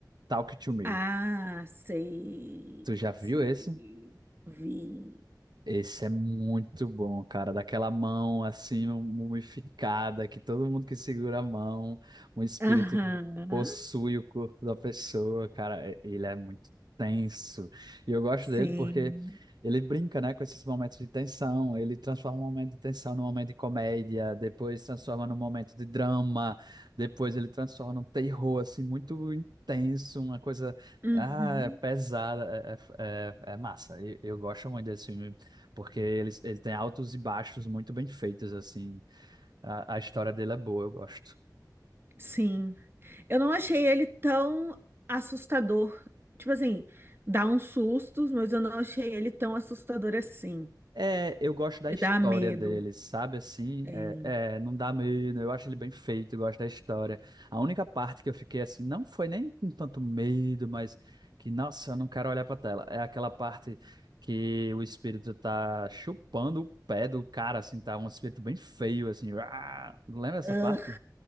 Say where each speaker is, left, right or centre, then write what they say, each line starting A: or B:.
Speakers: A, on the right; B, on the right.
A: Talk to Me.
B: Ah, sei,
A: Tu já viu
B: sei,
A: esse?
B: vi.
A: Esse é muito bom, cara. Daquela mão assim, mumificada, que todo mundo que segura a mão, o espírito
B: Aham,
A: possui o corpo da pessoa, cara. E- Ele é muito tenso. E eu gosto
B: sim.
A: dele porque ele brinca, né, com esses momentos de tensão. Ele transforma um momento de tensão num momento de comédia, depois transforma num momento de drama, depois ele transforma num terror, assim, muito intenso, uma coisa.
B: Uhum,
A: Ah, é pesada, é, é, é- é massa. Eu, eu gosto muito desse filme porque ele, ele tem altos e baixos muito bem feitos, assim. A, a história dele é boa, eu gosto.
B: sim. Eu não achei ele tão assustador. Tipo assim, dá uns sustos, mas eu não achei ele tão assustador assim.
A: É, eu gosto da
B: De
A: história
B: dar medo.
A: dele, sabe? Assim,
B: É.
A: é, é, não dá medo, eu acho ele bem feito, eu gosto da história. A única parte que eu fiquei assim, não foi nem com tanto medo, mas que, nossa, eu não quero olhar pra tela. É aquela parte que o espírito tá chupando o pé do cara, assim, tá um espírito bem feio, assim. Ah, lembra essa
B: Ah,
A: parte?